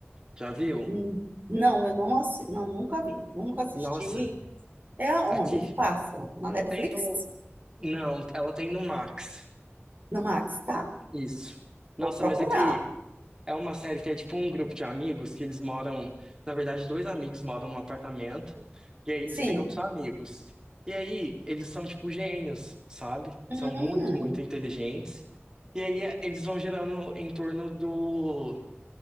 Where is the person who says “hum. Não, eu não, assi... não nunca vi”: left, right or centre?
Right